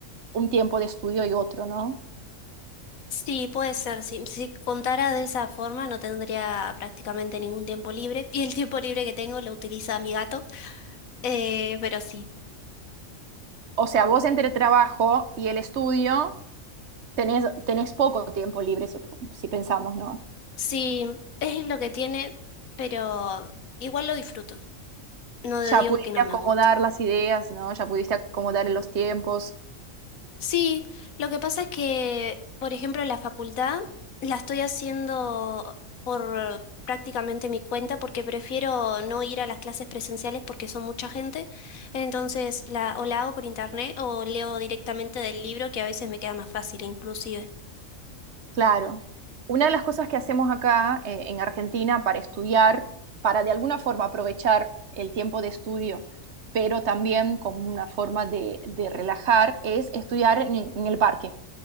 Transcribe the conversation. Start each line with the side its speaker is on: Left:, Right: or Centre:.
Right: un tiempo de estudio y otro, ¿no?
Left: Sí, puede ser. Si, si contara de esa forma, no tendría prácticamente ningún tiempo libre. Y el tiempo libre que tengo lo utiliza mi gato. Eh, pero sí,
Right: O sea, vos entre el trabajo y el estudio tenés, tenés poco tiempo libre, si, si pensamos, ¿no?
Left: sí, es lo que tiene, pero igual lo disfruto. No
Right: Ya
Left: digo
Right: pudiste
Left: que no
Right: acomodar
Left: me gusta.
Right: las ideas, ¿no? Ya pudiste acomodar los tiempos.
Left: Sí, lo que pasa es que, por ejemplo, la facultad la estoy haciendo por prácticamente mi cuenta porque prefiero no ir a las clases presenciales porque son mucha gente. Entonces, la, o la hago por internet o leo directamente del libro que a veces me queda más fácil inclusive.
Right: Claro. Una de las cosas que hacemos acá eh, en Argentina para estudiar, para de alguna forma aprovechar el tiempo de estudio, pero también como una forma de, de relajar, es estudiar en, en el parque.